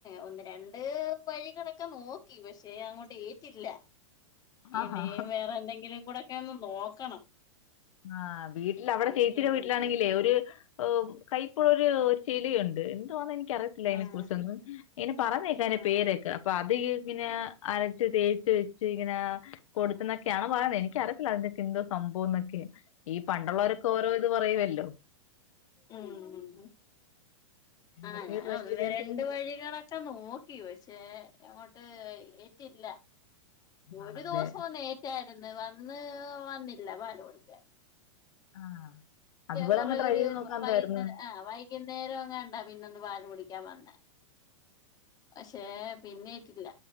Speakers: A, on the left; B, on the left.
A: ഒന്ന് രണ്ട് വഴിക്കളൊക്കെ നോക്കി പക്ഷെ അങ്ങോട്ട് ഏറ്റില്ല
B: ആഹാ
A: ഇനി വേറെ എന്തെങ്കിലും കൂടെയൊക്കെ ഒ നോക്കണം
B: ആ വീട്ടിൽ അവിടെ
A: ഉം
B: ചേച്ചിടെ
A: ഉം
B: വീട്ടിലാണെങ്കിലേ ഒരു കൈപ്പുള്ള ഒരു ചെടിയുണ്ട് എന്തോന്ന എനി എനിക്കറിയില്ല അതിനെ
A: ആഹ്
B: കുറിച്ചൊന്നും പറഞ്ഞേക്കാം അതിന്റെ
A: ആഹ്
B: പേരക്കെ അപ്പൊ അത് ഇങ്ങനെ അരച്ച് തേച്ച് വെച്ച് ഇങ്ങനെ കൊടുത്തന്നൊക്കെയാാണ് പറയുന്നത് എനിക്ക അറിയത്തില്ല അതിക്കെ എന്തോം സംഭവന്നൊക്കെ ഈ പണ്ടുള്ളോരൊക്കെ ഓരോ ഇത് പറയുവല്ലോ
A: ഉം ഉ
B: എന്തൊക്കെ
A: ആ ഞാൻ
B: ട്രൈ
A: ഒന്ന്
B: ചെയ്തേന്ന്
A: രണ്ട്
B: തോന്നുന്നു
A: വഴികളൊക്കെ നോക്കി പക്ഷേ എങ്ങോട്ട് ഏറ്റില്ല ഒരു
B: ആണല്ലേ
A: ദിവസം ഒന്ന് ഏറ്റായിരുന്നു വന്ന് വന്നില്ല പാലോടിക്കാൻ
B: ആഹ് അതുപോലെ
A: കൊറേ
B: അങ്ങ് ട്രൈ
A: ഒരു
B: ചെയ്ത് നോക്കാന്തായിരുന്നു
A: വൈകുന്നേരം ആഹ് വൈകുന്നേരം അങ്ങ ഉണ്ടാ പിന്ന ഒന്ന് പാല് കുടിക്ക <unintelligible> കാൻ വന്നു പക്ഷേ പിന്നേട്ടില്ല